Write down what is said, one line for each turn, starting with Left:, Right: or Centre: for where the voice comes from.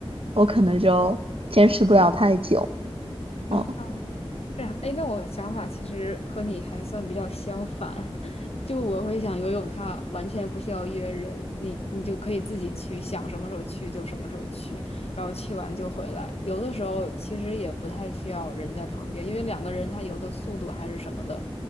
Right: 我可能就坚持不了太久。
Left: 啊。
Right: 嗯
Left: 是啊，哎，那我想法其实和你还算比较相反，<laughs> 就我会想游泳，它完全不需要约人，你你就可以自己去，想什么时候去就什么时候去，然后去完就回来。游的时候其实也不太需要人在旁边，因为两个人他游的速度还是什么的，